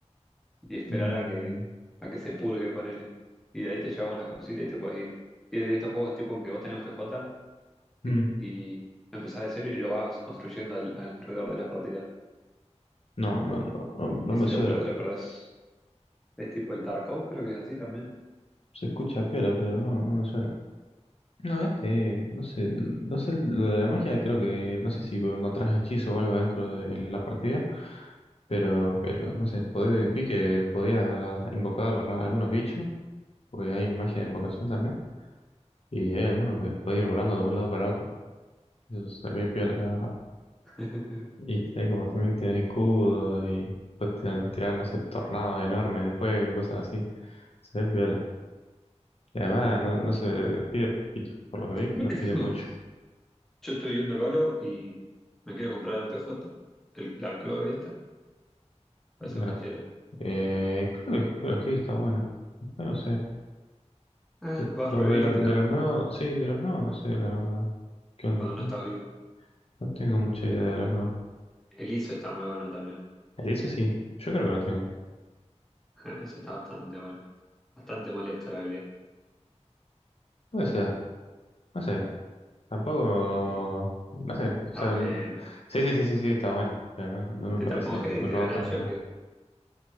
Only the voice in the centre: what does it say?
y esperar
a que, a que se purgue, ponele. Y de ahí te llevas una cosita y te puedes ir. Y es de estos juegos tipo que vos tenés un PJ
y empezás de cero y lo vas construyendo al- alrededor de las partidas.
Y
si
lo perdés, lo perdés. Es tipo el Tarkov, creo que es así también.
<laughs>
Ah,
<clears throat>
Yo estoy viendo el balo y me quiero comprar un PJ. El- la clave esta, parece
banchera.
Ah,
vas
a revivir
y tirás
humo
cuando no
estás vivo.
E-
El ISO está muy bueno también.
<laughs> Ese está bastante bueno. Bastante molesta la habilidad.
Eh,
Está
bueno.
Te
tapa un head
y te
gana el
choque.